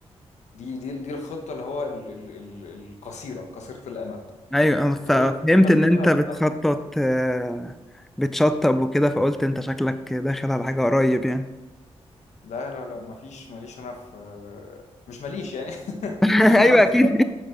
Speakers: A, on the left; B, in the centre.
A: دي دي دي الخطه اللي هو ال ال ال القصيره قصيره الامد
B: ايوه انا ف-
A: طويله
B: فهمت
A: الامد
B: ان انت
A: بقى,
B: بتخطط
A: بقى
B: آه، بتشطب وكده فقلت انت شكلك داخل على حاجة قريب يعني
A: لا لا لا مفيش ماليش انا في مش ماليش يعني <laughs>
B: <laughs>
A: انا
B: ايوه
A: قصدي
B: اكيد